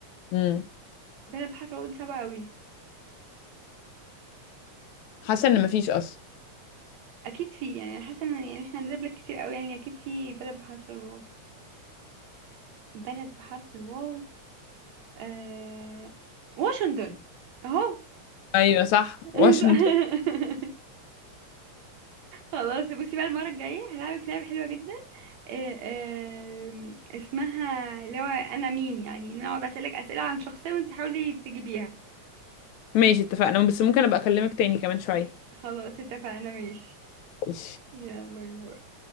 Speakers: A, on the left; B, on the right.
A: امم
B: بلد بحرف الواو دي صعبة قوي
A: حاسه ان مفيش اصلا
B: اكيد في يعني حاسه ان يعني احنا هنجيب لك كتير قوي يعني اكيد في بلد بحرف الواو بلد بحرف الواو آه... واشنطن اهو
A: ايوه صح
B: <laughs>
A: واشنطن
B: خلاص بصي بقى المرة الجاية هلعبك لعبة حلوة جدا آه، آه، اسمها اللي هو انا مين يعني نقعد اسألك اسئلة عن شخصية وانت تحاولي تجيبيها
A: ماشي اتفقنا بس ممكن ابقى اكلمك تاني كمان شويه
B: خلاص اتفقنا ماشي
A: ماشي.
B: يلا باي باي